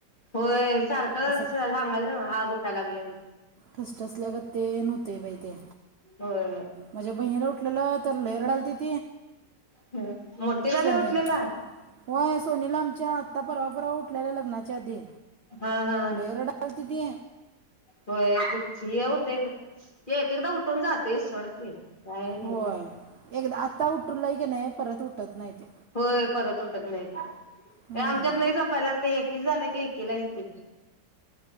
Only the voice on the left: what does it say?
होय सांगाल
ना आग उठा लागलीया.
होय
ह मोठे झाल्यावर
उठलेला?
हा हा
होय दु हे होतय एक एकदा उठून जातय सोडत ते. काय गलं
होय परत उठत नाही
आमच्यात लै जपायला लागतय ए एकीच झालं की एक केला येतय.